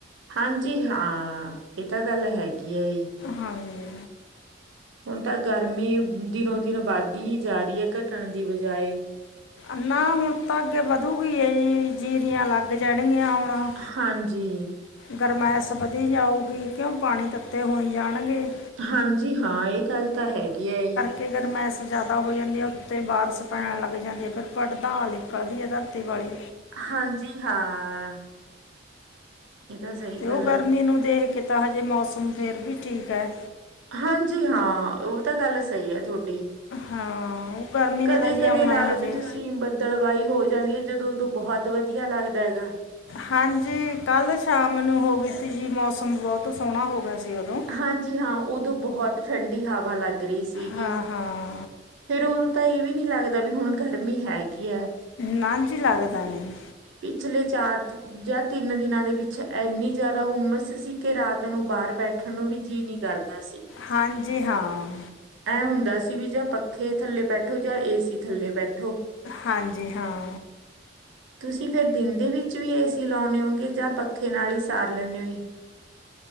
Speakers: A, on the right (about 85°); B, on the left (about 85°).
A: ਹਾਂਜੀ ਹਾਂ ਇਹ ਤਾਂ ਗੱਲ ਹੈਗੀ ਹੈ ਜੀ।
B: ਹਾਂਜੀ।
A: ਹੁਣ ਤਾਂ ਗਰਮੀ ਦਿਨੋ ਦਿਨ ਵੱਧਦੀ ਹੀ ਜਾ ਰਹੀ ਹੈ, ਘਟਣ ਦੀ ਬਜਾਏ।
B: ਨਾ ਹੁਣ ਤਾਂ ਅੱਗੇ ਵਧੂਗੀ ਜੀ ਜੀਰੀਆਂ ਲੱਗ ਜਾਣਗੀਆਂ ਹੁਣ।
A: ਹਾਂਜੀ।
B: ਗਰਮਾਇਸ ਵਧੀ ਜਾਊਗੀ ਕਿਉਂ ਪਾਣੀ ਤੱਤੇ ਹੋਈ ਜਾਣਗੇ।
A: ਹਾਂਜੀ ਹਾਂ ਇਹ ਗੱਲ ਤਾਂ ਹੈਗੀ ਹੈ ਹੀ।
B: ਕਿ ਗਰਮੈਸ਼ ਜ਼ਿਆਦਾ ਹੋ ਜਾਂਦੀ ਹੈ ਉੱਤੇ ਬਾਰਸ਼ ਪੈਣ ਲੱਗ ਜਾਂਦੀ ਹੈ। ਫਿਰ ਪੜਦਾ ਨਿਕਲਦੀ ਹੈ ਧਰਤੀ ਵਾਲੀ।
A: ਹਾਂਜੀ ਹਾਂ। ਇਹ ਤਾਂ ਸਹੀ
B: ਤੇ
A: ਗੱਲ
B: ਉਹ ਗਰਮੀ
A: ਹੈ।
B: ਨੂੰ ਦੇਖ ਕੇ ਤਾਂ ਹਜੇ ਮੌਸਮ ਫਿਰ ਵੀ ਠੀਕ ਹੈ।
A: ਹਾਂਜੀ ਹਾਂ ਉਹ ਤਾਂ ਗੱਲ ਸਹੀ ਹੈ ਤੁਹਾਡੀ।
B: ਹਾਂ ਉਹ ਗਰਮੀ
A: ਕਦੇ
B: ਨੇ ਤਾਂ ਜੀ
A: ਕਦੇ
B: ਆਉਣਾ
A: ਲਾ
B: ਹੈ
A: ਲਓ
B: ਹਜੇ
A: ਬੀ ਤੁਸੀਂ ਬੰ? ਦੜਵਾਈ ਹੋ ਜਾਂਦੀ ਹੈ ਜਦੋਂ ਉਦੋਂ ਬਹੁਤ ਵਧੀਆ ਲੱਗਦਾ ਹੈਗਾ।
B: ਹਾਂਜੀ ਕੱਲ੍ਹ ਸ਼ਾਮ ਨੂੰ ਹੋ ਗਈ ਸੀ ਜੀ ਮੌਸਮ ਬਹੁਤ ਸੋਹਣਾ ਹੋ ਗਿਆ ਸੀ ਉਦੋਂ।
A: ਹਾਂਜੀ ਹਾਂ ਉਦੋਂ ਬਹੁਤ ਠੰਡੀ ਹਵਾ ਲੱਗ ਰਹੀ ਸੀਗੀ।
B: ਹਾਂ ਹਾਂ
A: ਫੇਰ ਉਦੋਂ ਤਾਂ ਇਹ ਵੀ ਨੀ ਲੱਗਦਾ ਵੀ ਹੁਣ ਗਰਮੀ ਹੈ ਕੀ ਹੈ।
B: ਨਾ ਜੀ ਲੱਗਦਾ ਨਹੀਂ।
A: ਪਿਛਲੇ ਚਾਰ? ਜਾਂ ਤਿੰਨ ਦਿਨਾਂ ਦੇ ਵਿੱਚ ਇੰਨੀ ਜ਼ਿਆਦਾ ਹੁਮਸ ਸੀ ਕਿ ਰਾਤ ਨੂੰ ਬਾਹਰ ਬੈਠ? ਬੈਠਣ ਨੂੰ ਵੀ ਜੀਅ ਨੀ ਕਰਦਾ ਸੀ।
B: ਹਾਂਜੀ, ਹਾਂ
A: ਐ ਹੁੰਦਾ ਸੀ ਵੀ ਜਾਂ ਪੱਖੇ ਥੱਲੇ ਬੈਠੋ, ਜਾਂ ਏਸੀ ਥੱਲੇ ਬੈਠੋ।
B: ਹਾਂਜੀ, ਹਾਂ
A: ਤੁਸੀਂ, ਫਿਰ ਦਿਨ ਦੇ ਵਿੱਚ ਵੀ ਏ ਸੀ ਲਾਉਂਦੇ ਓ? ਜਾਂ ਪੱਖੇ ਨਾਲ ਹੀ ਸਾਰ ਲੈਂਦੇ ਹੋ।